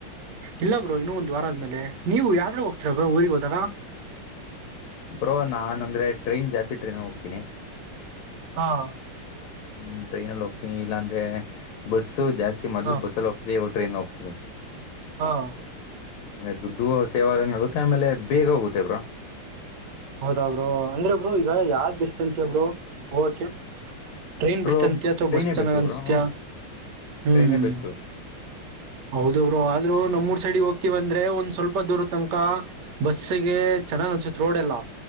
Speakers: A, on the right; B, on the left.
A: ಇಲ್ಲ, ಬ್ರೋ ಇನ್ನುೂ ಒಂದು್ ವಾರ ಆದ್ಮೇಲೆ ನೀವು ಯಾದಾಗ ಹೋಗ್ತೀರಾ,. ಬ್ರೋ ಊರಿಗೆ ಹೋದಾಗ
B: ಬೋ ನಾನನ್ ಅಂದ್ರೆ ಟ್ರೈನ್ ಜಾಸ್ತಿ ಟ್ರೈನ್ಗ ಹೋಗ್ತೀನಿ. -
A: ಹಾ <inaudible>
B: ಹ್ಮ್, ಟ್ರೈನ್ ಅಲ್ಲಿ ಹೋಗ್ತೀನಿ ಇಲ್ಲಾಂದ್ರೆ ಬಸ್ಸು ಜಾಸ್ತಿ, - ಮೊದಲು
A: ಹಾ
B: ಬಸ್ಸಲ ಹೋಗಿತಿದೆ. ಟ್ರೈನ್ ಹೋಗ್ತೀನಿ. -
A: ಹಾ <unintelligible>
B: ಆಮೇಲೆ ದುಡ್ಡು ಸೇವಂಗ ಆಗುತ್ತೆ ಆಮೇಲೆ ಬೇಗ ಹೋಗುತ್ತೆಬ್ರೋ.
A: ಹೌದಾ್ಯ, ರರು ಅಂದ್ರೆಬ್ರು ಈಗ ಯಾವ್ದ್ ಬೆಸ್ಟ್ - ಅಂತ್ಯ bro, okay- train
B: bro
A: best ಅಂತಿಯ ಅಥವಾ
B: ಟ್ರೈನೇ
A: ಬಸ್ ಚೆನ್ನಾಗ್
B: ಬೆಸ್ಟು
A: ಅನ್ಸತಯ
B: ಬ್ರೋ ಹ್ಮ
A: ಹ್ಮ್,
B: ಟ್ರೈನೇ ಬೆಸ್ಟು
A: ಹೌದಬ್ರೋ ಆದ್ರರು ನಮ್ಮೂರ್ ಸೈಡಿಗೆ ಹೋಗು. - ತಿವ ಅಂದ್ರೆ ಒಂದ್ ಸ್ವಲ್ಪ ದೂರ ತನಕ ಬಸ್ಸಗೆ ಚೆನ್ನಾಗ್ ಅನ್ಸತ್ ರೋಡ್ ಎಲ್ಲ